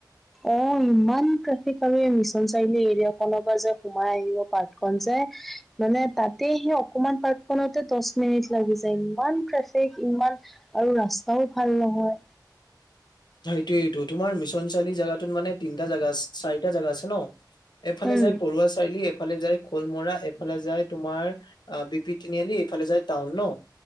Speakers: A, in the centre; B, on the left.
A: অ ইমান ট্ৰেফিক আৰু মিছন চাৰিআলি এৰিয়া ফালৰ পৰা যে সোমাই আহিব পাৰ্টখন যে মানে তাতে সেই অকমান পাৰ্টখনতে দহ মিনিট লাগি যায়। ইমান ট্ৰেফিক ইমান আৰু ৰাস্তাও ভাল নহয়।
B: সেইটোৱেটো তোমাৰ মিছন চাৰিলি জেগাটোত মানে তিনিটা জাগা চাৰিটা জাগা আছে ন? এফালে
A: উম
B: যায় পৰু়ৱা চাৰিআলি এইফালে যায় খলমৰা, এইফালে যায় তোমাৰ বিপি তিনিআলি, এইফালে যায় টাউন ন?